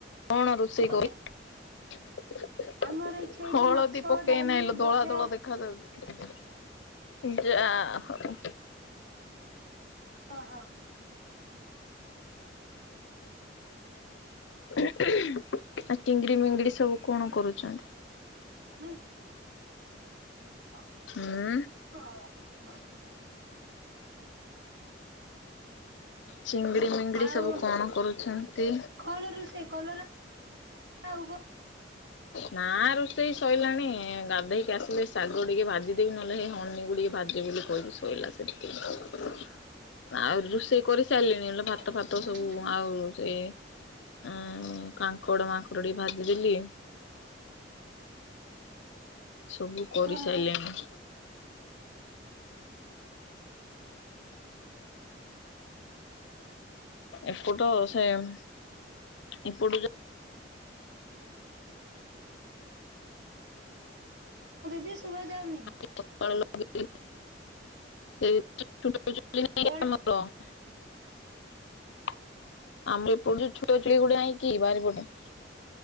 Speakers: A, on the left; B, on the right.
A: କଣ ରୋଷେଇ
B: ପକେଇ
A: କରେ
B: ଆମର ଏଇଠି ହେଇଛି
A: ହଳଦୀ
B: ମାଛ
A: ପକେଇ
B: ଡାଲି
A: ନାହିଁ,
B: ଭଜା
A: ଧଳା ଧଳା ଦେଖ ଖା ଯାଉଛି ଯା ହଉ।
B: ଅ ହ।
A: ଆଉ ତିଙ୍ଗିଡି ମିଙ୍ଗିଡି ସବୁ କଣ କରୁଛନ୍ତି।
B: <unintelligible> ଆଉ।
A: ହୁଁ।
B: <unintelligible>
A: ଚିଙ୍ଗିଡି ମିଙ୍ଗିଡି
B: ଆଉ
A: ସବୁ କଣ କରୁଛନ୍ତି।
B: କଣ ରୋଷେଇ କଲରା ଆଉ କ।
A: ନା ରୋଷେଇ ସଇଲାଣି ଗାଧେଇକି ଆସିଲେ ଶାଗ ଟିକେ ଭାଜିଦେବି ନହେଲେ ହେ ହନି କୁ ଟିକେ ଭାଜ ଜିବି ବୋଲି କହିବି ଶଇଲା ସେତିକି ରେ। ଆଉ ରୁଷେଇ କରି ସାରିଲିଣି ହେଲେ ଭାତ
B: କଣ
A: ଫାତ ସବୁ ଆଉ ସେ ଉଁ କାଙ୍କଡ଼ ମାଙ୍କଡ଼ ଟିକେ ଭାଜିଦେଲି। ସବୁ କରି
B: ଓହୋ
A: ସାଇଲିଣି। ଏପଟ ସେ ଏପଟୁ ଯା
B: ଦିଦି ଶୁଭା ଯାଉନି।
A: <unintelligible> ଆମ ଏପଟେ ଛୁଆ ଚୁଲି
B: କଣ
A: ଗୋଟେ ନାହିଁ କି ବାରି ପଟେ।